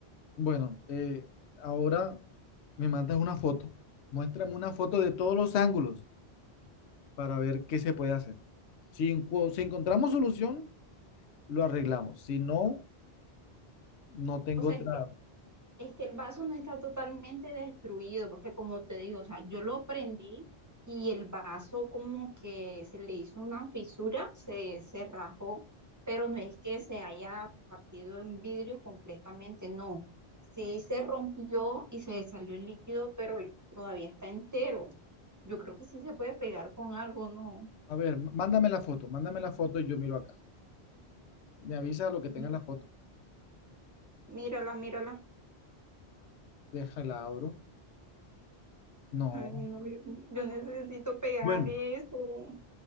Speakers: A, on the left (about 85°); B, on the right (about 20°).
A: Bueno, eh, ahora me mandas una foto. Muéstrame una foto de todos los ángulos para ver qué se puede hacer. Si, encu- si encontramos solución, lo arreglamos. Si no, no tengo
B: O sea,
A: otra.
B: es que Es que el vaso no está totalmente destruido, porque como te digo, o sea, yo lo prendí y el vaso como que se le hizo una fisura, se, se rajó, pero no es que se haya partido en vidrio completamente, no. Sí se rompió y se salió el líquido, pero todavía está entero. Yo creo que sí se puede pegar con algo, ¿no?
A: A ver, mándame la foto, mándame la foto y yo miro acá. Me avisa lo que tenga
B: Mi-
A: la foto.
B: Mírala, mírala.
A: Déjala, abro. No.
B: Ay, no, yo, yo necesito pegar
A: Bueno,
B: eso.